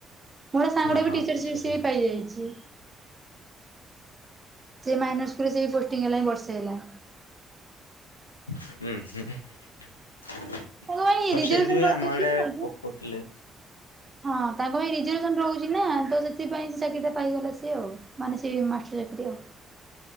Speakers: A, on the right; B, on the left.
A: ମୋର ସାଙ୍ଗ
B: ହଁ
A: ଟେ
B: ହଁ
A: ବି ଟିଚରସିପ
B: ବୁଝିଲି
A: ସିଏ ପାଇଯାଇଛି।
B: <inaudible>
A: ସେ ମାଇନର ସ୍କୁଲରେ ସେ ବି ପୋଷ୍ଟିଂ ହେଲାଣି ବର୍ଷ ହେଲା।
B: ହୁଁ ହଁ। ବଟ
A: ତାଙ୍କ ପାଇଁ ରିଜର୍ଭେସନ
B: ସେମିତି ବି
A: ରହୁଛି
B: ଆମ ଆଡେ
A: ଆଜ୍ଞା।
B: ପକଉଥିଲେ।
A: ହଁ ତାଙ୍କ ପାଇଁ ରିଜରଭେସନ ରହୁଛି ନା ତ ସେଥିପାଇଁ ସେ ଚାକିରି ଟା ପାଇଗଲା ସିଏ ଆଉ ମାନେ ସେ ମାଷ୍ଟର ଚାକିରି ଆଉ।